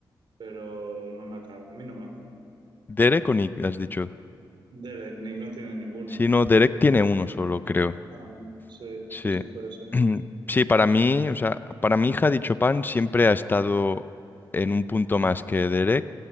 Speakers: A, on the right (about 75°); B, on the left (about 25°).
A: pero no me acaba, a mí no me acaba.
B: Derek o Nick, has dicho.
A: Derek, Nick no tiene ninguno.
B: Si no, Derek tiene uno solo, creo.
A: Ah, no. Sí,
B: Sí.
A: sí, sí, puede ser.
B: <clears throat> Sí, para mí, o sea, para mi hija, dicho pan siempre ha estado en un punto más que Derek,